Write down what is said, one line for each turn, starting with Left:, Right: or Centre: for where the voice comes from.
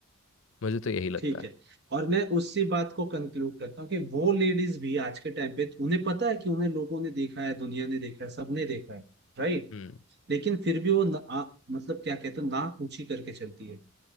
Left: मुझे तो यही लगता
Right: ठीक
Left: है
Right: है और मैं उसी बात को कंक्लूड करता हूँ कि वो लेडीज भी आज के टाइम पे उन्हें पता है कि उन्हें लोगों ने देखा है दुनिया ने देखा है सबने देखा है राइट
Left: हम्म
Right: लेकिन फिर भी वो ना, आ, मतलब क्या कहते हैं नाक ऊंची करके चलती है